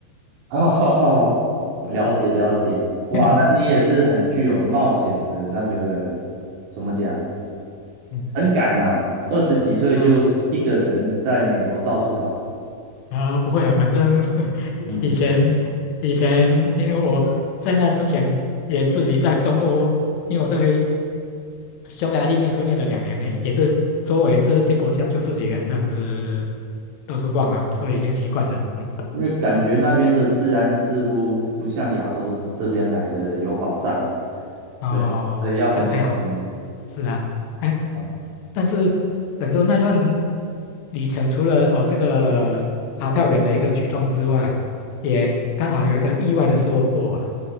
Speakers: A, on the right (about 70°); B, on the left (about 85°).
A: <laughs> 哦，了解了解，哇，
B: <laughs>
A: 那你也是很具有冒险的那个，怎么讲，
B: 嗯
A: 很敢呐、二十几岁就一个人在美国到处跑，
B: 啊啊，不会啊，反正 <laughs>
A: 嗯，
B: 以前以前，因为我在那之前也自己在东欧，因为我在匈牙利念书念了两年呢，也是周围这些国家就自己一个人这样子到处逛啊，所以已经习惯了。嗯，
A: 因为感觉那边的治安似乎不像亚洲这边来的有保障，
B: 哦，
A: 对，所以要很小心
B: 还还好。是啊，哎，
A: 啊。
B: 但是等于说那段旅程，除了哦这个查票员的一个举动之外，也刚好有一个意外的收获了